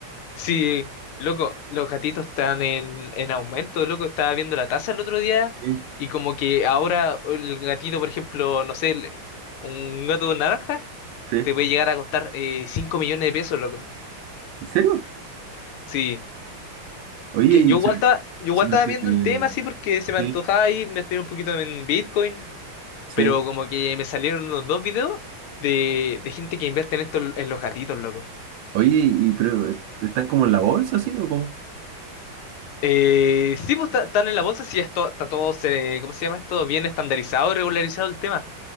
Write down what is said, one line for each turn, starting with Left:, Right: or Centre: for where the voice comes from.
Left: Sí, loco, los gatitos están en, en aumento, loco. Estaba viendo la tasa el otro día
Right: Sí.
Left: y como que ahora el gatito, por ejemplo, no sé, el- un gato naranja
Right: Sí.
Left: te puede llegar a costar eh, 5 millones de pesos, loco.
Right: ¿En serio?
Left: Sí,
Right: Oye,
Left: que
Right: y
Left: yo
Right: se-
Left: igual estaba, yo
Right: se-
Left: igual
Right: pero,
Left: estaba
Right: se-
Left: viendo el tema así porque se me
Right: eh,
Left: antojaba y me estoy un poquito en Bitcoin,
Right: Sí.
Left: pero como que me salieron unos dos videos de, de gente que invierte en esto en los gatitos, loco.
Right: Oye, y, y pero, eh, ¿están como en la bolsa, sí? ¿O cómo?
Left: Eh, sí, pues está- están en la bolsa, sí, esto, está todo, se- ¿cómo se llama esto? Bien estandarizado, y regularizado el tema.